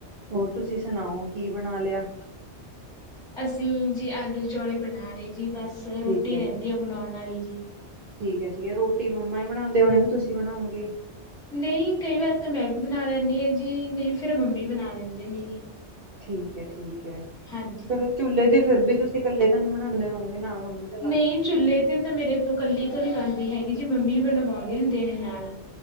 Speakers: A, on the right; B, in the centre.
A: ਹੋਰ ਤੁਸੀਂ ਸੁਣਾਓ, ਕੀ ਬਣਾ ਲਿਆ।
B: ਅਸੀਂ ਜੀ ਆਲੂ, ਚੋਲੇ ਬਣਾ ਲਏ ਜੀ ਬਸ ਬਸ ਰੋਟੀ
A: ਠੀਕ ਹੈ।
B: ਰਹਿੰਦੀ ਆ ਬਣਾਉਣ ਵਾਲੀ। ਜੀ।
A: ਠੀਕ ਹੈ ਠੀਕ ਹੈ, ਰੋਟੀ ਮੰਮਾ ਹੀ ਬਣਾਉਂਦੇ ਹੋਣੇ, ਕਿ ਤੁਸੀਂ ਬਣਾਉਗੇ।
B: ਨਹੀਂ ਕਈ ਵਾਰ ਤਾਂ ਮੈਂ ਵੀ ਬਣਾ ਲੈਂਦੀ ਆ ਜੀ, ਨਹੀਂ ਫੇਰ ਮੰਮੀ ਬਣਾ ਲੈਂਦੇ ਨੇ ਜੀ।
A: ਠੀਕ ਹੈ, ਠੀਕ ਹੈ।
B: ਹਾਂਜੀ
A: ਚਲੋ ਚੁੱਲੇ ਤੇ ਫੇਰ ਵੀ ਤੁਸੀਂ ਇਕੱਲੇ ਤਾਂ ਨੀ ਬਣਾਦੇ। ਬਣਾ ਹੋਣਗੇ ਨਾਲ। ਮੰਮੀ ਤਾਂ ਲੱਗਦੇ।
B: ਨਹੀਂ ਚੁੱਲੇ ਤੇ ਤਾਂ ਮੇਰੇ ਤੋਂ ਕੱਲੀ ਤੋਂ ਨੀ ਬਣਦੀ। ਵੀ ਹੈਗੀ ਜੀ ਮੰਮੀ ਬਣਵਾਉਂਦੇ ਹੁੰਦੇ ਨੇ ਨਾਲ।